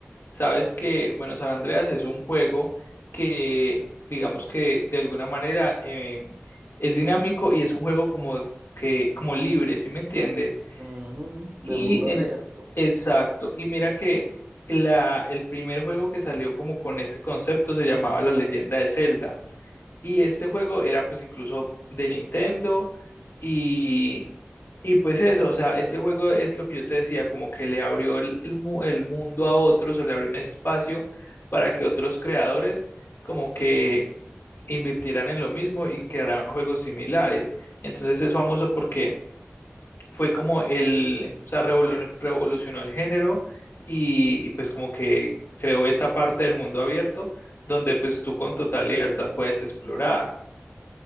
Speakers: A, on the left (about 65°); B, on the right (about 55°).
A: sabes que, bueno, San Andreas es un juego que, digamos que de alguna manera eh, es dinámico y es un juego como que, como libre, ¿sí me entiendes?
B: Ujú, de
A: Y
B: mundo abierto.
A: en, exacto, y mira que la, el primer juego que salió como con este concepto se llamaba La Leyenda de Zelda. Y este juego era pues incluso de Nintendo y, y pues eso, o sea, este juego es lo que yo te decía, como que le abrió el, el mu- el mundo a otros o le abrió un espacio para que otros creadores como que invirtieran en lo mismo y crearan juegos similares. Entonces es famoso porque fue como el, o sea, revolu- revolucionó el género y, y, pues como que creó esta parte del mundo abierto donde pues tú con total libertad puedes explorar.